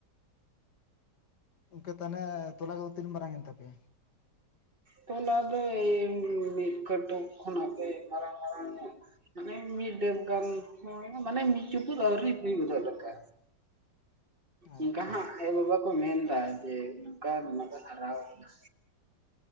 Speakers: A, on the left; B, on the right.
A: ᱚᱱᱠᱮ ᱛᱟᱱᱮ ᱛᱚᱞᱟ ᱠᱚᱫᱚ ᱛᱤᱱ ᱢᱟᱨᱟᱝ ᱮᱱ ᱛᱟᱯᱮᱭᱟ?
B: ᱛᱚᱞᱟ ᱫᱚ ᱮᱭ ᱢᱤᱫ ᱠᱟᱹᱴᱩᱠ ᱠᱷᱚᱱᱟᱜ ᱜᱮ ᱢᱟᱨᱟᱝ ᱢᱟᱨᱟᱝ ᱧᱚᱜ ᱢᱟᱱᱮ ᱢᱤᱫ ᱰᱮᱵᱽ ᱜᱟᱱ ᱢᱟᱱᱮ ᱢᱤᱫ ᱪᱩᱯᱩᱫᱽ ᱟᱹᱣᱨᱤ ᱦᱩᱭ <unintelligible> ᱞᱮᱠᱟ
A: ᱟᱪᱪᱷᱟ
B: ᱚᱱᱠᱟ ᱦᱟᱸᱜ
A: ᱟᱪᱪᱷᱟ
B: ᱟᱭᱳᱼᱵᱟᱵᱟ ᱠᱚ ᱢᱮᱱ ᱫᱟ ᱡᱮ ᱱᱳᱝᱠᱟ ᱦᱟᱨᱟ ᱣᱟᱠᱟᱱᱟ᱾